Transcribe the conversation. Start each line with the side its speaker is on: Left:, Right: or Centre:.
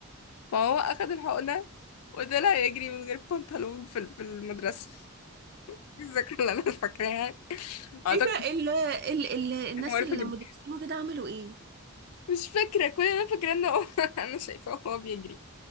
Left: ما هو أخد الحقنة وطلع يجري من غير بنطلون في ال- في المدرسة <laughs> دي الذاكرة اللي أنا فاكراها أعتقد
Right: ايه ده
Left: دي
Right: ال ال ال الناس
Left: حاجة معروفة
Right: المدرسين
Left: جدا
Right: وكده عملوا ايه
Left: مش فاكرة كل اللي أنا فاكراه إن هو <laughs> أنا شايفاه وهو بيجري